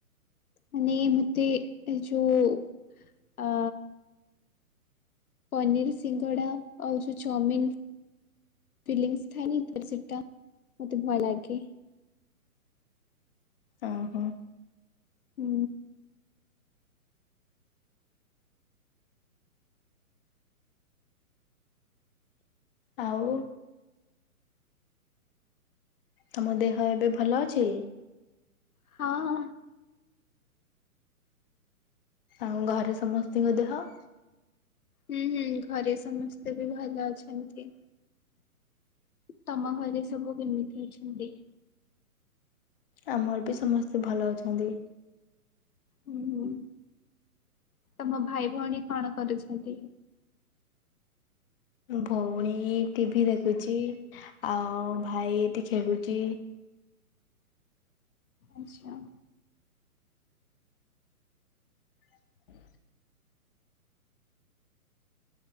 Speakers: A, on the left; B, on the left.
A: ମାନେ ମତେ ଏ ଯୋଉ ଅ ପନିର ସିଙ୍ଗଡା ଆଉ ଯୋଉ ଚାଉମିନ ଫିଲିଂସଥାନି ତ ସୋ ମୋତେ ଭୟ ଲାଗାଗେ
B: ଓ ହୋ।
A: ହୁଁ।
B: ଆଉ ତମ ଦେହ ଏବେ ଭଲ ଅଛି।
A: ହଁ।
B: ଆଉ ଘାରେ ସମସ୍ତତିଙ୍କ ଦେହ?
A: ହୁଁ ହୁଁ ଘରେ ସମସ୍ତେ ବି ଭଲ ଅଛନ୍ତି। ତମ ଘରେ ସବୁ କେମିତି ଅଛନ୍ତି?
B: ଆମର ବି ସମସ୍ତେ ଭଲ ଅଛନ୍ତି।
A: ହୁଁ ହୁଁ ତମ ଭାଇ ଭଉଣୀ କଣ କରୁଛନ୍ତି?
B: ଭଉଣୀ ଟିଭିି ଦେଖୁଛି ଆଉ ଭାଇ ଏଠି ଖେଳୁଛି। <inaudible>
A: ଆଚ୍ଛା।
B: ହୁଁ।